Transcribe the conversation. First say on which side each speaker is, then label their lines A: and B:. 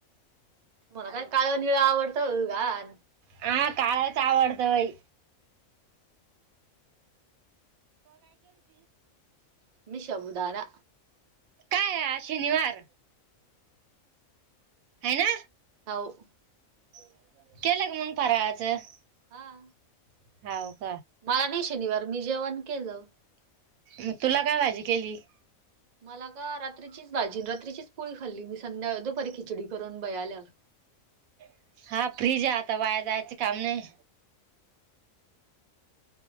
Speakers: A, on the right (about 60°); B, on the right (about 80°).
A: मला काय काळ निळ आवडतं घाण-
B: हा काळच आवडतं बई.
A: निषभुदादा.
B: काय शनिवार? है ना.
A: <inaudible> होऊ.
B: <inaudible>
A: हा
B: <inaudible> हा
A: मला नाही शनिवार मी जेवण केलं <inaudible>
B: म तुला काय भाजी केली <inaudible>
A: <inaudible> मला का रात्रीचीच भाजी रात्रीचीच पोळी खाल्ली मी संध्या दोपारी खिचडी करून बयाल्या <inaudible>
B: <inaudible> हा फ्रीज आहे आता वाया जायच काम नाही.